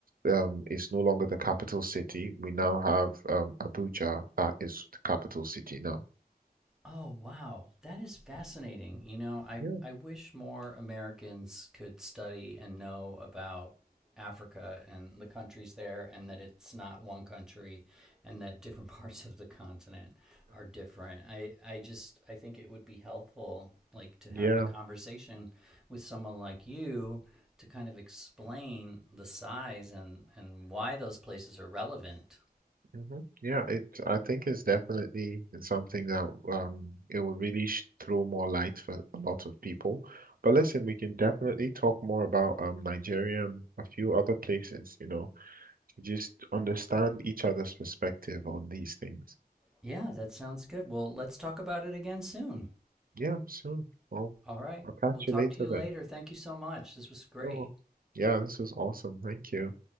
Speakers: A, on the right; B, in the centre.
A: um, it's no longer the capital city. We now have um, Abuja that is the capital city now.
B: Oh, wow. That is fascinating. You know, I,
A: Yeah,
B: I wish more Americans could study and know about Africa and the countries there, and that it's not one country, and that different <laughs> parts of the continent are different. I, I just I think it would be helpful, like, to have
A: yeah,
B: a conversation with someone like you to kind of explain the size and, and why those places are relevant.
A: hmm Yeah, it I think it's definitely something that um it will really sh throw more light for a lot of people. But listen, we can definitely talk more about um Nigeria and a few other places, you know, to just understand each other's perspective on these things.
B: Yeah, that sounds good. Well, let's talk about it again soon.
A: Yeah, soon. Well,
B: All right.
A: I'll catch
B: We'll talk
A: you later
B: to you
A: then.
B: later. Thank you so much. This was great.
A: You're wel- Yeah, this was awesome. Thank you.